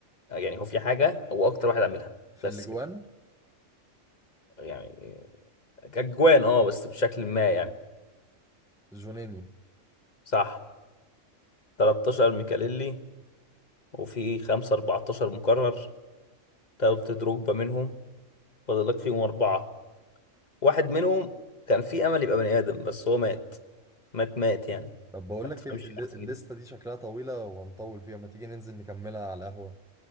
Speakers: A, on the left; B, in the centre.
A: يعني هو في حاجة هو أكتر واحد عاملها
B: في
A: بس
B: الأجوان
A: كده يعني كجوان اه بس بشكل ما يعني
B: جونينيو
A: صح 13 ميكاليلي وفي 5 14 مكرر تلت دروجبا منهم فاضل لك فيهم أربعة واحد منهم كان في أمل يبقى بني آدم بس هو مات مات مات يعني
B: طب بقول
A: ما
B: لك
A: تفهمش
B: ال- ال-
A: الأحسن
B: الليسته
A: دي
B: دي شكلها طويله وهنطول فيها ما تيجي ننزل نكملها على القهوه